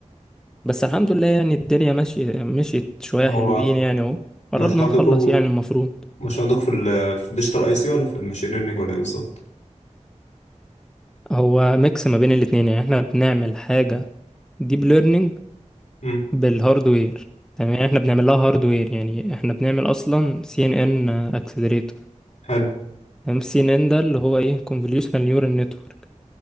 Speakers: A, in the centre; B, on the left (about 65°).
A: بس الحمد لله يعني الدنيا ماشية مشيت شوية
B: هو
A: حلوين يعني اهو قربنا
B: مشروع عندكم
A: نخلص يعني المفروض
B: مشروع عندكم في ال في الديجيتال أي سي ولا في الماشين ليرنينج ولا إيه بالظبط؟
A: هو ميكس ما بين الاتنين يعني احنا بنعمل حاجة ديب learning
B: مم.
A: بالهاردوير تمام يعني احنا بنعمل لها هاردوير يعني احنا بنعمل اصلا سي ان ان اكسلريتور
B: حلو
A: تمام السي ان ان ده اللي هو ايه convolutional neural network